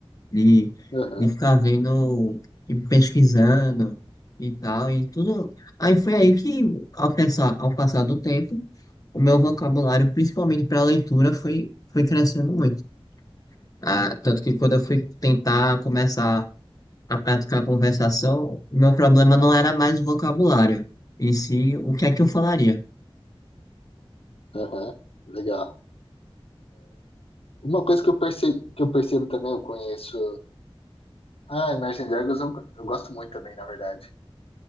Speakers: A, on the left (about 35°); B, on the left (about 70°).
A: De,
B: Aham,
A: de ficar vendo e pesquisando e tal, e tudo. Aí foi aí que, ao pensar, ao passar do tempo, o meu vocabulário, principalmente para leitura, foi, foi crescendo muito. Ah, tanto que quando eu fui tentar começar a prática da conversação, o meu problema não era mais o vocabulário, e sim o que é que eu falaria.
B: aham, legal. Uma coisa que eu percebo, que eu percebo também, eu conheço Ah, Imagine Dragons eu, eu gosto muito também, na verdade.